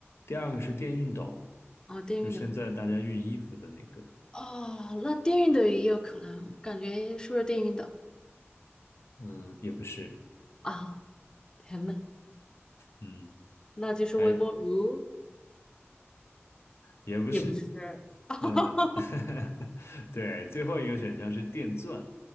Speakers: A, on the left; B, on the left.
A: 第二个是电熨斗，
B: 哦，电熨斗。
A: 就是现在大家熨衣服的那个。
B: 哦，那电熨斗也有可能，我感觉是不是电熨斗
A: 嗯，也不是。
B: 啊？天呐，
A: 嗯，
B: 那就是微波炉，
A: 还也不是。
B: 也不是。<laughs>
A: 嗯，<laughs> 对，最后一个选项是电钻，